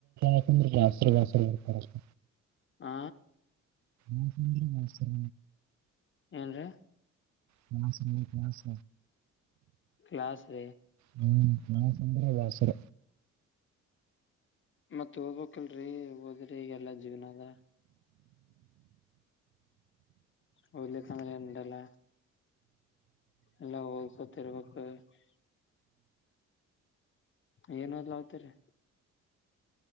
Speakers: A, on the right; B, on the left.
A: ಇಗಕಂದ್ರೆ ದಸ್ತ್ರ ವಸ್ರು ಬರ್ತಾರಷ್ಟ
B: ಆ
A: ನಂದರ ಮಸರ
B: ್ರ
A: ಹ ಸಸ
B: ಕ್ಲಸ್ ರ
A: ಹ್ಮ್ ಮಾ ಸಂದರ ಬಾಸರ
B: ಮತ್ತತ್ ಓದ್ಬೇಕಲ್ರರಿ ಓದಿ ಈಗೆಲ್ಲ ಜೀವನದ ಹಲಿಕ್ಕಂದ್ರೆ ಎಟಲ್ಲ ಎಲ್ಲಾ ಹೋಗೋಗಸೊತಿರ್ಬೇಕಕ್ <unintelligible> ಏನದ್ಲ ಹಾವತರಿ